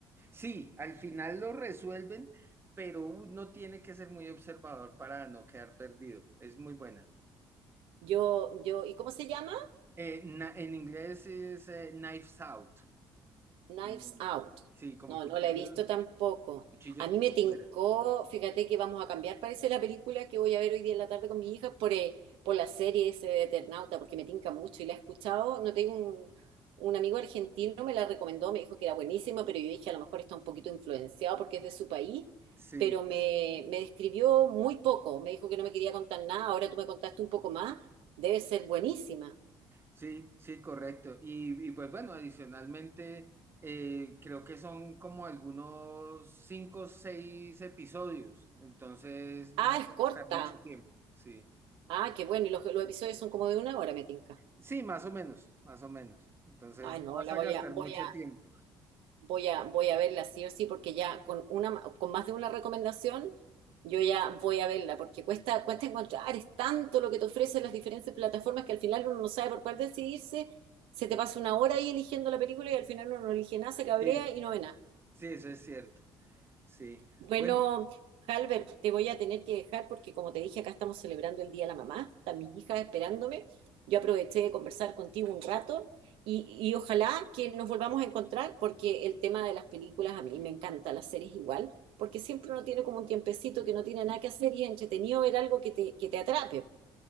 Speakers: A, on the right (about 25°); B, on the right (about 80°).
A: Sí, al final lo resuelven, pero uno tiene que ser muy observador para no quedar perdido. Es muy buena.
B: Yo, yo, ¿y cómo se llama?
A: Eh, na- en inglés es eh, Knives Out.
B: Knives
A: Mm,
B: Out.
A: Sí, como
B: No,
A: cuchillos,
B: no la he visto tampoco.
A: cuchillos
B: A mí
A: por
B: me tincó,
A: fuera.
B: fíjate que vamos a cambiar, parece la película que voy a ver hoy día en la tarde con mi hija por, eh, por la serie ese de Eternauta, porque me tinca mucho y la he escuchado. No tengo un, un amigo argentino, me la recomendó, me dijo que era buenísima, pero yo dije a lo mejor está un poquito influenciado porque es de su país,
A: Sí,
B: pero me, me describió muy poco. Me dijo que no me quería contar nada, ahora tú me contaste un poco más, debe ser buenísima.
A: sí, sí, correcto. Y, y pues bueno, adicionalmente, eh, creo que son como algunos cinco o seis episodios, entonces no
B: Ah,
A: vas
B: es
A: a
B: corta.
A: gastar mucho tiempo. Sí.
B: Ah, qué bueno, y los, los episodios son como de una hora, me tinca.
A: Sí, más o menos, más o menos. Entonces
B: Ay,
A: no
B: no,
A: vas
B: la
A: a
B: voy
A: gastar
B: a, voy
A: mucho
B: a,
A: tiempo.
B: voy a, voy a verla sí o sí, porque ya con una, con más de una recomendación, yo ya voy a verla, porque cuesta, cuesta encontrar, es tanto lo que te ofrecen las diferentes plataformas que al final uno no sabe por cuál decidirse, se te pasa una hora ahí eligiendo la película y al final uno no elige nada, se cabrea
A: Sí,
B: y no ve nada.
A: sí, eso es cierto. Sí.
B: Bueno,
A: Bueno,
B: Halbert, te voy a tener que dejar porque como te dije, acá estamos celebrando el Día de la Mamá, están mis hijas esperándome. Yo aproveché de conversar contigo un rato y, y ojalá que nos volvamos a encontrar porque el tema de las películas a mí me encanta, las series igual, porque siempre uno tiene como un tiempecito que no tiene nada que hacer y es entretenido ver algo que te, que te atrape.